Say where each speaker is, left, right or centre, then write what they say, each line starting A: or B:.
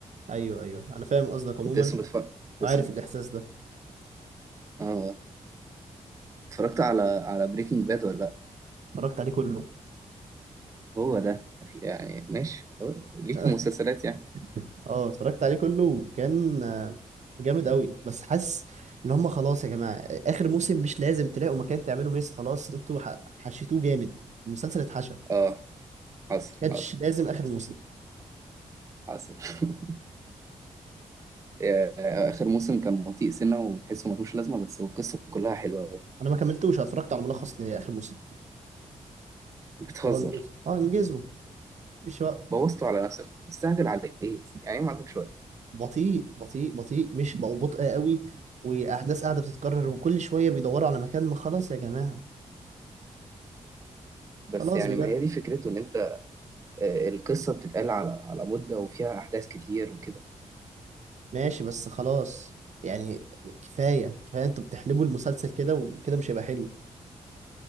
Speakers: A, on the right; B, on the right.
A: ايوه ايوه انا فاهم قصدك عموما
B: كنت لسه بتفرج
A: وعارف
B: لسه
A: الاحساس ده
B: اه اتفرجت على على بريكنج باد ولا لأ؟
A: اتفرجت عليه كله
B: هو ده يعني ماشي أه، ليك
A: <laughs>
B: في مسلسلات يعني
A: اه اتفرجت عليه كله وكان آه، جامد قوي بس حاسس ان هم خلاص يا جماعه اخر موسم مش لازم تلاقوا مكان تعملوا ميس خلاص انتوا ح- حشيتوه جامد المسلسل اتحشى
B: اه حصل
A: كانش
B: حصل
A: <laughs> لازم اخر
B: حصل
A: موسم
B: حصل. <laughs> آه، اخر موسم كان بطيء سنه وتحسه ملوش لازمه بس هو القصه كلها حلوه أوي.
A: انا ما كملتوش أنا اتفرجت على ملخص لاخر موسم
B: بتهزر
A: اه انجزوا اه انجزوا مفيش وقت
B: بوظته على نفسك مستعجل على ايه يعني إيه ما عندكش وقت
A: بطيء بطيء بطيء مش بقوا بطء قوي واحداث قاعده بتتكرر وكل شويه بيدوروا على مكان ما خلاص يا جماعه
B: بس
A: خلاص
B: يعني
A: بجد
B: ما هي دي فكرته ان انت آه، القصه بتتقال على على مده وفيها احداث كتير وكده
A: ماشي بس خلاص يعني كفايه كفايه انتوا بتحلبوا المسلسل كده وكده مش هيبقى حلو